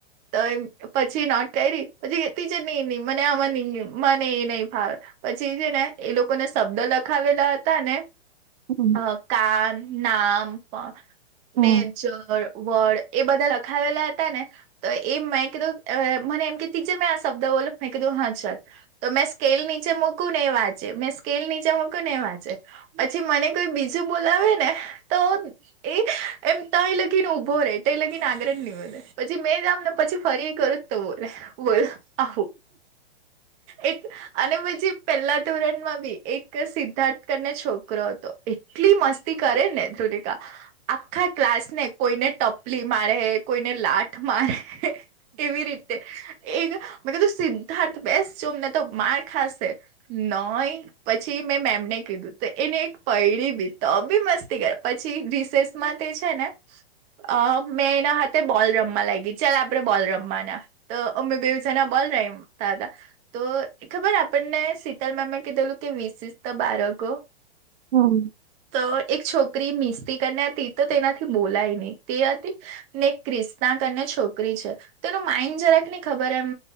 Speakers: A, on the right; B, on the right.
A: તો એમ પછી નોટ કરી પછી કે ટીચર ની નીમ મને આમાં નહીં એ મને એ નઈ ફાવે. પછી છે ને એ લોકોને શબ્દ લખાવેલા હતા ને
B: હમ
A: અહ કાન નામ પણ
B: હમ
A: ને ચળ વળ એ બધા લખાવેલા હતા ને તો એમ મેં કીધું અહ મને એમ કે તીજે મેં આ શબ્દ બોલુ મેં કીધું હા ચાલ તો મેં સ્કેલ નીચે મૂકું ને એ વાંચે મેં સ્કેલ નીચે મૂકૂ ને એ વાંચે. પછી મને કોઈ બીજું બોલાવે ને તો એ એમ તં એ લગીને ઊભો રહેે તો એ લગીને આગર હી નહીં વધે. પછી મેં જામ ને પછી ફરી કરું તો બોલે બોલ આહું. એ અને પછી પહેલા ધોરણમાં બી એક સિદ્ધાર્થ કરી ને છોકરો હતો એટલી મસ્તી કરે ને ધુલિકા આખા ક્લાસ ને કોઈને ટપલી મારે કોઈને લાતમારે એવી રીતે એક મેં કીધું સિદ્ધાર્થ બેસ જો નહીં તો માર ખાશે. નોઇ. પછી મેં મેમને કીધું તે એને એક પૈડીલીધી બી મસ્તી ક રે પછી રિસેસ માં તે છે ને અહ મેં એના હાથે બોલ રમવા લાગી ચાલ આપણે બોલ રમવાના. તો અમે બેઉ જના બોલ રમતા હતા. તો ખબર આપણને શીતલ મેમે કીધેલું કે વિશિષ તો બાળકો
B: હમ્મ.
A: તો એક છોકરી મિસ્ટી કરીને હતી તો તેનાથી બોલાય નહી તે હતી. ને ક્રિસ્તાં કરી છોકરી છે તો એનું માઈન્ડ જરાક નહી ખબર એમ